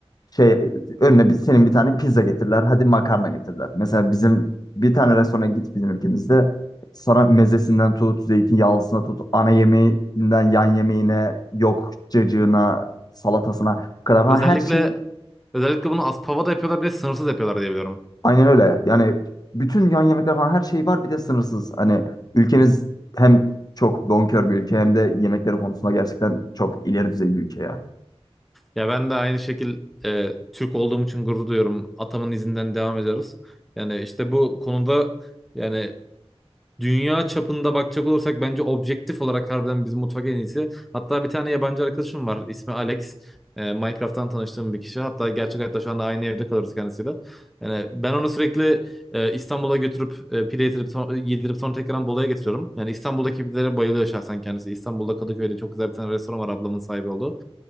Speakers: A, on the left; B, in the centre.
A: şey önüne bir, senin bir tane pizza getirirler. Hadi makarna getirirler. Mesela bizim bir tane restorana git bizim ülkemizde sana mezesinden tut, zeytinyağlısına tut, ana yemeğinden yan yemeğine, yok cacığına, salatasına kadar falan
B: Özellikle
A: her şeyi.
B: özellikle bunu Aspava'da yapıyorlar bir de sınırsız yapıyorlar diye biliyorum.
A: Aynen öyle. Yani bütün yan yemekler falan her şey var bir de sınırsız. Hani ülkemiz hem çok bonkör bir ülke hem de yemekleri konusunda gerçekten çok ileri düzey bir ülke ya.
B: Ya ben de aynı şekil e, Türk olduğum için gurur duyuyorum. Atamın izinden devam ediyoruz. Yani işte bu konuda yani Dünya çapında bakacak olursak bence objektif olarak harbiden bizim mutfak en iyisi. Hatta bir tane yabancı arkadaşım var. ismi Alex. Ee, Minecraft'tan tanıştığım bir kişi. Hatta gerçek hayatta şu anda aynı evde kalırız kendisiyle. Yani ben onu sürekli e, İstanbul'a götürüp e, pide yedirip, son- yedirip sonra tekrar Bolu'ya getiriyorum. Yani İstanbul'daki pidelere bayılıyor şahsen kendisi. İstanbul'da Kadıköy'de çok güzel bir tane restoran var ablamın sahibi olduğu.